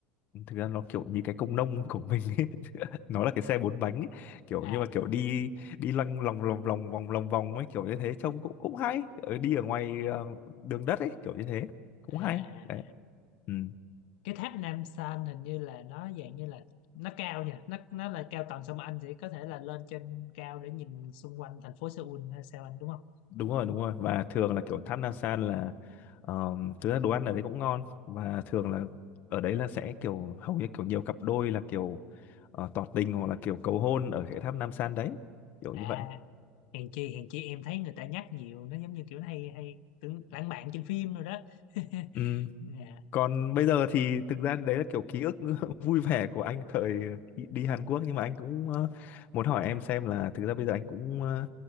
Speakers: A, on the left; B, on the left.
A: thực ra nó kiểu như cái công nông của mình ấy. <laughs> nó là cái xe bốn bánh ấy. kiểu
B: à
A: nhưng mà kiểu đi đi lăng lòng lòng lòng vòng lòng vòng ấy kiểu như thế trông cũng cũng hay ở đi ở ngoài ờ, đường đất ấy kiểu như thế cũng
B: à
A: hay
B: à.
A: đấy ừ.
B: cái tháp Nam San hình như là nó dạng như là nó cao nha nó nó là cao tầng xong mà anh sẽ có thể là lên trên cao để nhìn xung quanh thành phố Seoul hay sao anh đúng không
A: đúng rồi đúng rồi và thường là kiểu Tham Nam San là ờm, thực ra đồ ăn ở đấy cũng ngon và thường là ở đấy là sẽ kiểu hầu như kiểu nhiều cặp đôi là kiểu ờ, tỏ tình hoặc là kiểu cầu hôn ở cái tháp Nam San đấy kiểu
B: à
A: như vậy
B: hèn chi hèn chi em thấy người ta nhắc nhiều nó giống như kiểu nó hay hay tưởng lãng mạn trên phim rồi đó <laughs>
A: ừ
B: dạ
A: còn bây giờ thì thực ra đấy là kiểu ký ức <laughs> vui vẻ của anh thời đi Hàn Quốc nhưng mà anh cũng ờ, muốn hỏi em xem là thực ra bây giờ anh cũng ờ,